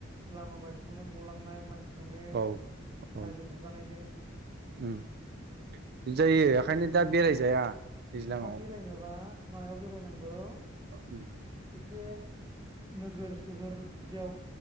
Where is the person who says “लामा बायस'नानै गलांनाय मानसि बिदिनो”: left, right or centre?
Right